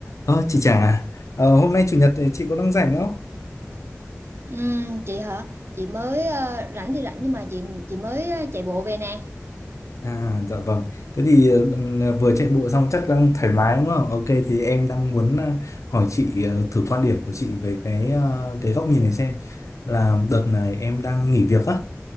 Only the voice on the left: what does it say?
Ờ, chị Trà, à? ờ, hôm nay chủ nhật thì chị có đang rảnh không?
À, dạ vâng. Thế thì ừ, ừ, vừa chạy bộ xong chắc đang thoải mái đúng không? Ok, thì em đang muốn à, hỏi chị ờ, thử quan điểm của chị về cái ờ, cái góc nhìn này xem. Là đợt này em đang nghỉ việc á,